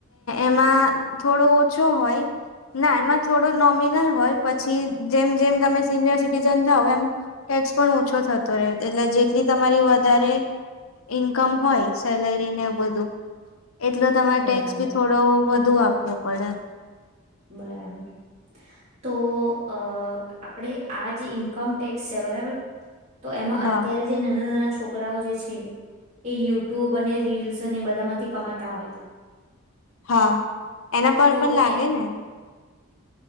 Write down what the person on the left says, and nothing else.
એમાં થોડો ઓછો હોય ના એમાં થોડો નોમિનલ હોય પછી જેમ જેમ તમે સિનિયર સિટીઝન થ હો એમ ટેક્સ પણ ઓછો થતો રહે એટલે જેટલી તમારી વધારે ઈન્કમ હોય સેલરીને ું એટલે તમારે
ટેક્સ બી થોડું તો વધુ આપવો પડે
હા
હા, એના પર
પણ લાગે
ને.